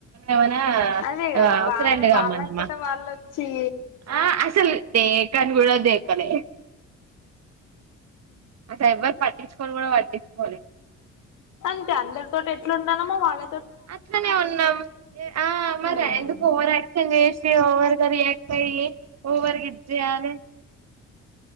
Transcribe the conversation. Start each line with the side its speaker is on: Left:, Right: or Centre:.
Right: ఏమనా
Left: అదే
Right: ఆ
Left: కదా వాళ్ళే
Right: ఫ్రెండ్గమ్మనమా
Left: వాళ్ళంతటా వాళ్ళొచ్చి
Right: ఆ అసలు దేకాన్ గూడ దేకాలే అసలు ఎవరూ పట్టిచ్ కోను గూడా వట్టిచ్చు కోలే
Left: అంతే అందరితోటి ఎట్లుంటనమ్మో వాళ్ళ
Right: అట్లనే ఉన్నాం ఆ
Left: హ్మ్
Right: మరి ఎందుకు ఓవర్ క్షన్ చేసి ఓవర్గా రియాక్ట్ అయ్యి ఓవర్ గ ఇజేయలె.